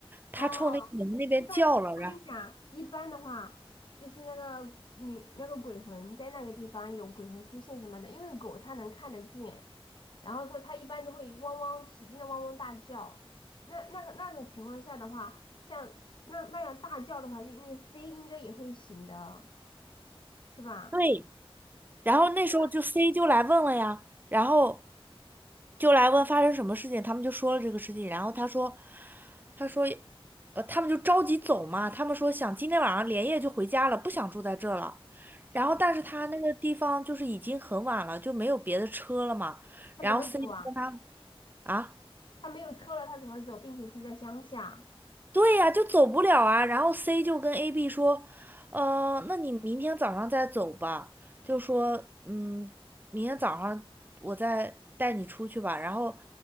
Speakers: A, on the left; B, on the right.
A: 哦，
B: 他冲那个门那边叫了，
A: 一般我跟你讲，
B: 然后
A: 一般的话，就是那个你那个鬼魂在那个地方有鬼魂出现什么的，因为狗它能看得见，然后说它一般都会汪汪使劲的汪汪大叫。那那个那种情况下的话，像那那样大叫的话，就应该 C 应该也会醒的，是吧？
B: 对。然后那时候就
A: 我
B: C 就来问了呀，然后就来问发生什么事情，他们就说了这个事情，然后他说，他说，呃，他们就着急走嘛，他们说想今天晚上连夜就回家了，不想住在这儿了。然后，但是他那个地方就是已经很晚了，就没有别的车了嘛。
A: 它怎么走啊？
B: 然后 C 就跟他啊。
A: 它没有车了，它怎么走？并且是在乡下。
B: 对呀，就走不了啊。然后 C 就跟 AB 说，呃，那你明天早上再走吧。就说，嗯，明天早上我再带你出去吧。然后，